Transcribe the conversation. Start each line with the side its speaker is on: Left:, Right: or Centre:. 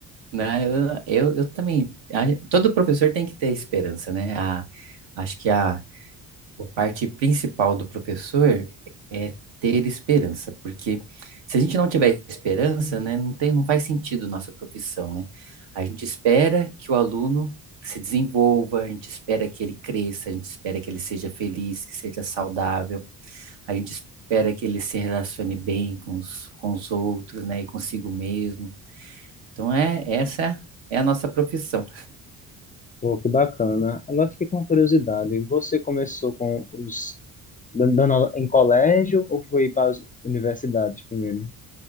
Right: Né, Eu, eu, eu também. a- todo professor tem que ter esperança, né? A, acho que a, a parte principal do professor é ter esperança, porque se a gente não tiver esperança, né, não tem, não faz sentido nossa profissão, né? A gente espera que o aluno se desenvolva, a gente espera que ele cresça, a gente espera que ele seja feliz, que seja saudável, a gente espera que ele se relacione bem com os, com os outros, né, e consigo mesmo. Então é essa é a nossa profissão.
Left: Pô, que bacana. Agora eu fiquei com uma curiosidade. Você começou com os dan- dando aula em colégio ou foi para as universidades primeiro?